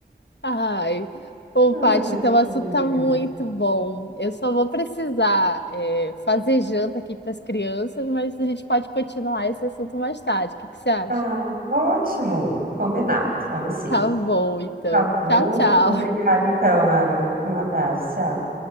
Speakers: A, on the left (about 70°); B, on the right (about 55°).
A: Ai, ô
B: Ah,
A: Paty,
B: mas
A: teu assunto
B: foi bem
A: tá
B: legal.
A: muito bom. Eu só vou precisar é, fazer janta aqui para as crianças, mas a gente pode continuar esse assunto mais tarde. O que que você acha?
B: Ah, ótimo, combinado, vamos sim.
A: Tá bom, então.
B: Tá bom.
A: Tchau, tchau.
B: Obrigada, então, Aaron. Um abraço. Tchau.